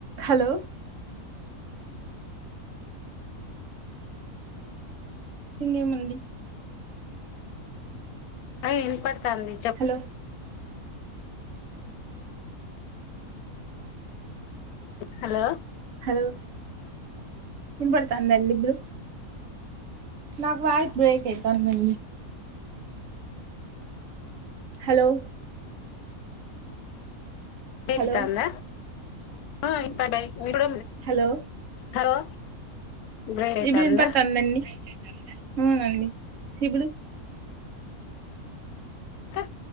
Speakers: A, on the right (about 65°); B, on the left (about 85°).
A: హలో ఇంకేమండి
B: అ ఇ పటి చెప్
A: హలో
B: హలో
A: హలో ఇన్నపడతండి అండి ఇప్పుడు నాకు వాయిస్ బ్రేక్ అవుతాంది హలో
B: కేంటి
A: హలో
B: త అందా ఆ ఇంతడే ఇప్పుడ
A: హలో
B: హలో బ్రేక్ అయితాందా
A: ఇప్పుడు వినబాడతంద అండి అవునండి ఇప్పుడు
B: అ